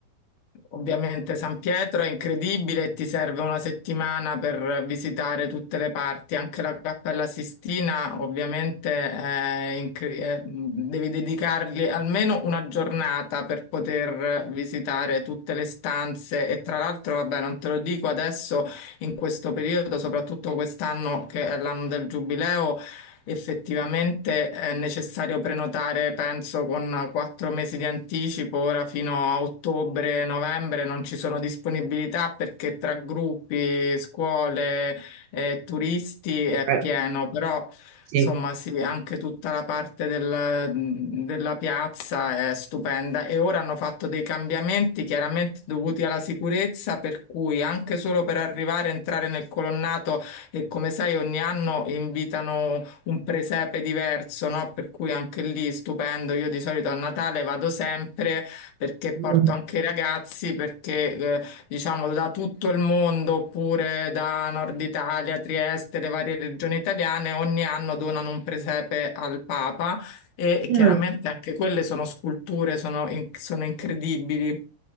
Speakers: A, on the left; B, on the right.
A: Ovviamente San Pietro è incredibile e ti serve una settimana per visitare tutte le parti, anche la Cappella Sistina, ovviamente è incre- è- devi dedicargli almeno una giornata per poter visitare tutte le stanze e tra l'altro, vabbè, non te lo dico adesso in questo periodo, soprattutto quest'anno che è l'anno del Giubileo. Effettivamente è necessario prenotare, penso, con quattro mesi di anticipo. Ora fino a ottobre, novembre non ci sono disponibilità perché tra gruppi, scuole, eh, turisti è
B: Eh,
A: pieno, però
B: sì.
A: insomma sì, anche tutta la parte del- della piazza è stupenda. E ora hanno fatto dei cambiamenti chiaramente dovuti alla sicurezza, per cui anche solo per arrivare, entrare nel colonnato e come sai ogni anno invitano un presepe diverso, no? Per cui anche lì stupendo. Io di solito a Natale vado sempre perché
B: Mm.
A: porto anche i ragazzi, perché eh, diciamo da tutto il mondo, oppure da Nord Italia, Trieste, le varie regioni italiane, ogni anno donano un presepe al Papa e
B: Mm.
A: chiaramente anche quelle sono sculture, sono, in- sono incredibili.